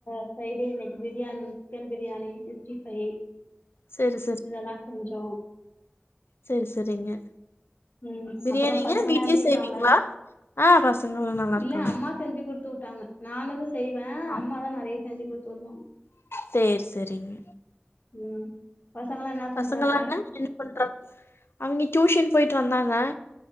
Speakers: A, on the left; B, on the left.
A: ஃப்ரைடே இன்னைக்கு biryani chicken biryani sixty five
B: சேரி
A: இதெல்லா செஞ்சோ
B: செரி செரிங்க
A: ம்.
B: பிரியாணிங்க
A: அப்புறம் பசங்கலாம்
B: வீட்லயே
A: எப்டி இருக்காங்க?
B: செய்வீங்களா ஆ பசங்கள்லா நல்லாருக்காங்க
A: இல்ல அம்மா செஞ்சு குடுத்து விட்டாங்க நானுந்தா செய்வே
B: ஆமா
A: அம்மாதா நெறைய செஞ்சு குடுத்து விடுவாங்க
B: சேரி சேரிங்க
A: ம் பசங்கல்லா என்ன
B: பசங்கல்லாங்க
A: பண்றாங்க
B: என்ன பண்றாங்க அவிங்க டியூஷன் போயிட்டு வந்தாங்க